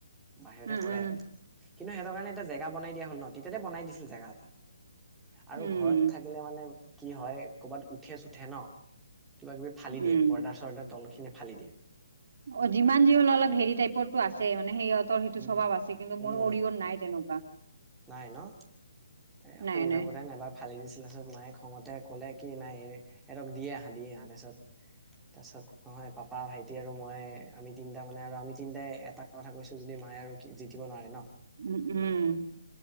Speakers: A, in the centre; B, on the right.
A: বাহিৰতে
B: উম
A: কৰে।
B: উম
A: কিন্তু সহতৰ কাৰণ এটা জেগা বনাই দিয়া হ'ল ন', তেতিয়াতে বনাই দিছিল জেগা এটা। আৰু
B: উম
A: ঘৰত থাকিলে মানে কি হয়, কৰ'বাত উঠে-চুঠে ন'। কিবা কিবি ফালি
B: উম
A: দিয়ে পৰ্দাৰ-চৰ্দাৰ তলখিনি ফালি দিয়ে।
B: অ', যিমান যি হলে অলপ হেৰি টাইপৰ টো আছে, মানে সেহতৰ সেইটো
A: উম
B: চভাৱ আছে। আছে কিন্তু
A: উম
B: মোৰ অৰিঅৰ নাই তেনেকুৱা।
A: নাই ন', এ'
B: নাই
A: সৰু
B: নাই
A: থাকোঁতে নাইবা ফালি দিছিল তাৰপিছত নাই খঙতে ক'লে কি নাই, এহতক দি এহালি দিয়ে তাৰিছত তাৰ পিছত মই পাপা, ভাইট তে আৰু মই আমি তিনিটা মানে আৰু আমি তিনটাই এটা কথা কৈছো যদি মায়ে আৰু জিতিব নোৱাৰে ন'।
B: উম', উম',।